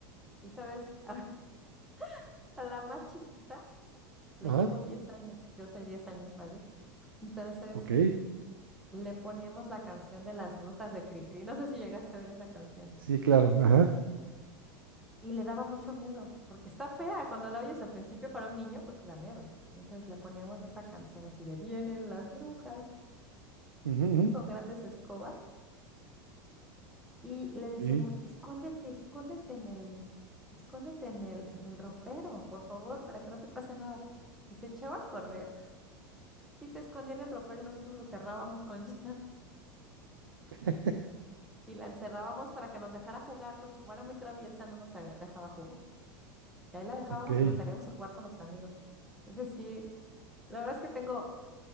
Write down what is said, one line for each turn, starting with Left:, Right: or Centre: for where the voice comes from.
Centre: Y sabes, <laughs> a la más chiquita le
Right: Ajá.
Centre: llevo 10 años. Yo soy 10 años mayor. Entonces
Right: Ok,
Centre: le poníamos la canción de las brujas de Cricri. No sé si llegaste a oír esa canción.
Right: sí, claro, ajá.
Centre: Sí. Y le daba mucho miedo, porque está fea. Cuando la oyes al principio para un niño, pues sí da miedo. Entonces le poníamos esa canción así de vienen las brujas
Right: ujú, ujú,
Centre: con grandes escobas y le decíamos,
Right: Sí,
Centre: escóndete, escóndete en el, escóndete en el, en el ropero, por favor, para que no te pase nada. Y se echaba a correr Y se escondía en el ropero y nosotros lo cerrábamos con <laughs> llave
Right: <laughs>
Centre: y la encerrábamos para que nos dejara jugar, porque como era muy traviesa, no nos aga- dejaba jugar. Y ahí la dejábamos
Right: ok.
Centre: y nos salíamos a jugar con los amigos. Entonces sí, la verdad es que tengo,